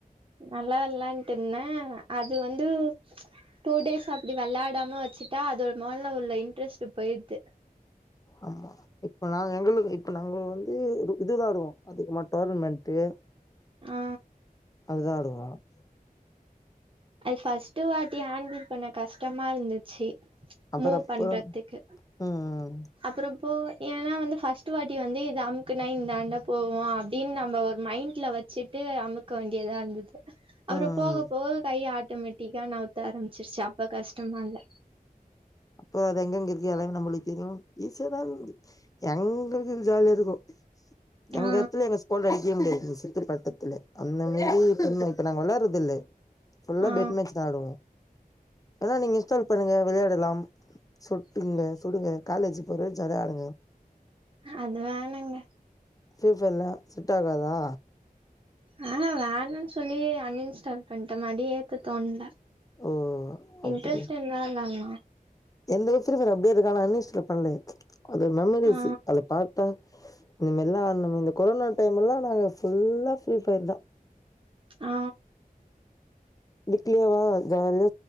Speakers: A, on the right; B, on the left.
A: நல்லா விளான்ட்டு இருந்தேன் அது வந்து டூ டேஸ் அப்டி வெளாடாம வச்சுட்டா அதோட முதல்ல உள்ள இன்ட்ரெஸ்ட் போயிடுது
B: ஆமா இப்போ நாங்க எங்களுக்கு இப்போ நாங்க வந்து இதுதா ஆடுவோ அதுக்கு டோர்னமெண்ட்டு
A: ஆ
B: அதுதான் ஆடுவோ நாங்க
A: அது ஃபர்ஸ்ட்டு வாட்டி ஹேண்டில் பண்ண கஷ்டமா இருந்துச்சு
B: அப்புற
A: மூ
B: அப்புற
A: பண்றதுக்கு
B: ம் ம்
A: அப்புறப்போ ஏன்னா வந்து ஃபஸ்ட் வாட்டி வந்து இது அமுக்குனா இந்தாண்டா போவோ அப்டின்னு நம்ம ஒரு மைண்ட்ல வச் ச்சிட்டு அமுக்க வேண்டியதா இருந்தது அப்புற
B: ம்
A: போக
B: ம்.
A: போக கைய ஆட்டோமேட்டிக்கா நகத்த ஆரம்பிச்சிருச்சு அப்ப கஷ்டமா இல்ல
B: அப்பற அது எங்கங்க இருக்கு எல்லாமே நம்மளுக்கு தெரியு ஈசியா தா இருந்தது எங்குளுக்கு இது ஜாலியா இருக்கு எங்க
A: ஆ
B: இடத்துல எங்க ஸ்கோல் அடி முடியே முடியாது ரிசெத்து பத்தத்துல அந்தமேறி ரன்னு இப்ப நாங்க விளாட்றது இல்ல ஃபுல்லா
A: ஆ
B: பெட்மேச்தா ஆடுவோ அதா நீங்க இன்ஸ்டால் பண்ணுங்க விளையாடுலாம் சொட்டுங்க சுடுங்க காலேஜ் போற வரை ஜாலியா ஆடுங்க
A: அது வேணாங்க
B: ஃபி ஃபைர்லா செட் ஆகாதா
A: ஆ வேணான் சொல்லி அன்இன்ஸ்டால் பண்ணிட்ட மறுடி ஏத்த தோண்ல
B: ஓ அப்டியா
A: இன்ட்ரஸ்ட் இருந்தா விளாடுலா
B: எந்த ஃபீரி ஃபையர் அப்டியே இருக்கு ஆனா அன் இன்ஸ்டால் பண்ல அது ஒரு மெமரிஸ்சு
A: ஆ
B: அதுல பார்த்தா இந்த மாரிலா ஆன்னோமே இந்த கொரோனா டைம் எல்லா நாங்க ஃபுல்லா ஃப்ரீ ஃபயர் தா
A: ஆ
B: விட்லியு ஜாலியா